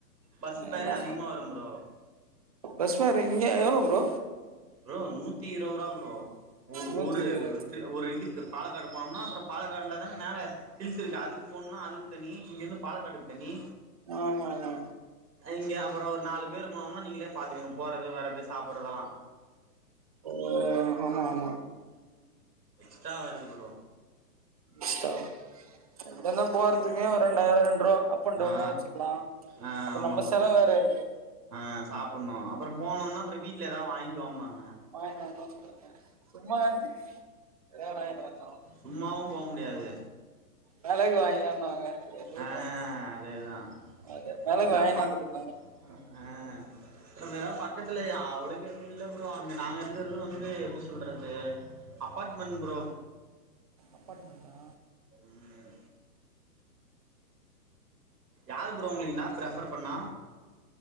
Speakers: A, on the right; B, on the right.
A: பஸ்சு பேரே
B: எல்லா
A: அதிகமா
B: பண்ணு
A: வரும் ப்ரோ
B: பஸ் ஃபேர் இங்கே எவ்ளோ ப்ரோ
A: ப்ரோ நூத்திஇரவரூவா ப்ரோ ஒ
B: நூத்தி
A: ஒரு
B: இருவது
A: இது ஒரு இதுக்கு பாலக்காடு போனோம்னா அப்றோ பாலக்காட்ல தா மேல ஹில்ஸ் இருக்கு அதுக்கு போணுனா அதுக்கு தனி இங்கேருந்து பாலக்காட்டுக் தனி
B: ஆமா ஆமா
A: இங்கே அப்றோ நாலு பேரு போனோனா நீங்ளே பாத்துகங் போறது வர்றது சாப்புற்றதெல்லா
B: ஓ ஆமா ஆமா
A: எக்ஸ்ட்ரா வருது ப்ரோ
B: எக்ஸ்ட்ரா எங்கனா போறதுக்கே ரெண்டாயிர ரெண்ரூவா அப் அப்அண்டவுனா
A: ஆ
B: வச்சுக்லா
A: ஆ
B: அப்ப
A: ஆமா
B: நம்ம
A: ப்ரோ
B: செலவு வேற இருக்கு
A: ஆ சாப்புண்ணு அப்றோ போனோம்னா அப்றோ வீட்ல எதா வாங்கிட்டு வாம்பாங்க
B: வாங்கிட்டு வந்தோன் சொல்லுங்க சும்மனாட்சிக்கி எதாவது வாங்கின்வந்தோ
A: சும்மாவும் போ முடியாது
B: மெளகு வாங்யான்னாங்க <unintelligible>
A: ஆ அதேதா
B: அது மெளகு
A: அதா
B: வாங்கின்
A: பாக்
B: வந்து குடுப்பாங்க
A: ஆ அப்றம் ஏதா பக்கத்துலயா அவளக்கு எதும் இல்ல ப்ரோ அங்க நாங்க இருக்கறது வந்து எப்டி சொல்றது அப்பாட்மென் ப்ரோ
B: அப்பாட்மெண்ட்டா
A: ம் யாரு ப்ரோ உங்ளுக் இன் ஆப் ரெஃபர் பண்ணா